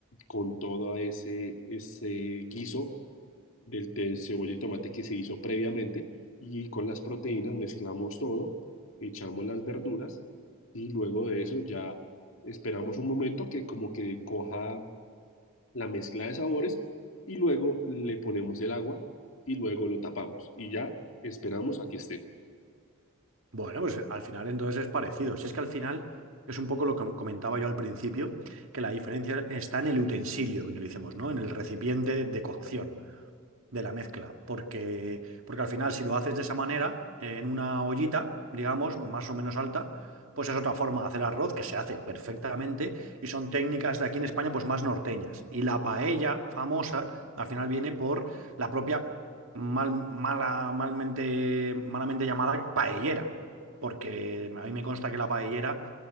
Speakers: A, on the left; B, on the right.
A: con todo ese, ese guiso del te- cebolla y tomate que se hizo previamente. Y con las proteínas mezclamos todo, echamos las verduras y luego de eso ya esperamos un momento que como que coja la mezcla de sabores y luego le ponemos el agua y luego lo tapamos y ya esperamos a que esté.
B: Bueno, pues al final entonces es parecido. Si es que al final es un poco lo que comentaba yo al principio, que la diferencia está en el utensilio que utilicemos, ¿no? En el recipiente de cocción. de la mezcla, porque, porque al final si lo haces de esa manera, en una ollita, digamos, más o menos alta, pues es otra forma de hacer arroz que se hace perfectamente y son técnicas de aquí en España pues más norteñas. Y la paella famosa al final viene por la propia mal, mala, malmente, malamente llamada paellera, porque a mí me consta que la paellera